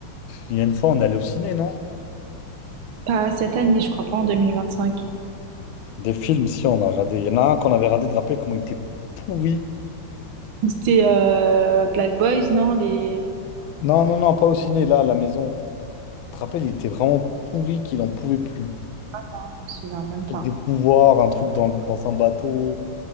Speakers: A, on the left; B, on the right.
A: Il y a une fois, on est allé au ciné, non?
B: Pas cette année, je crois pas en 2025.
A: Des films, si, on a radé. Il y en a un qu'on avait radé, de rappelles comment il était pourri.
B: C'était euh, Black Boys, non? Les...
A: Non, non, non, pas au ciné, là, à la maison. Tu te rappelles, il était vraiment pourri qu'il en pouvait plus.
B: Attends, je me souviens même pas.
A: Avec des pouvoirs, un truc dans, dans un bateau.